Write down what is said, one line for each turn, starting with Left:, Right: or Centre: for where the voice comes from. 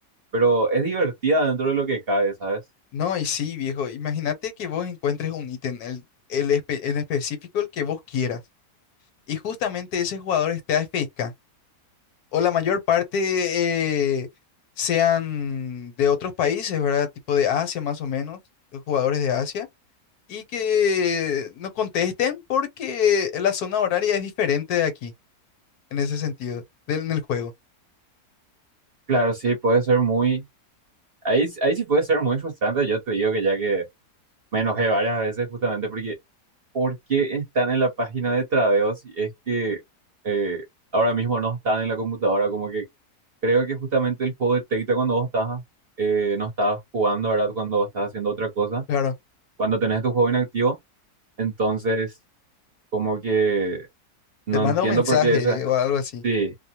Right: pero es divertida dentro de lo que cabe, ¿sabes?
Left: No, y sí, viejo, imagínate que vos encuentres un ítem, el, el espe- en específico el que vos quieras, y justamente ese jugador esté AFK. o la mayor parte eh, sean de otros países, ¿verdad? Tipo de Asia más o menos, eh, jugadores de Asia, y que no contesten porque la zona horaria es diferente de aquí, en ese sentido, del en el juego.
Right: Claro, sí, puede ser muy... Ahí, ahí sí puede ser muy frustrante, yo te digo que ya que me enojé varias veces justamente porque por qué están en la página de Tradeo si es que eh, ahora mismo no están en la computadora. Como que creo que justamente el juego detecta cuando vos estás, eh, no estás jugando, ¿verdad? Cuando vos estás haciendo otra cosa,
Left: Claro,
Right: cuando tenés tu juego inactivo. Entonces, como que no
Left: te manda
Right: entiendo
Left: un mensaje
Right: por qué esa.
Left: o algo así.
Right: Sí,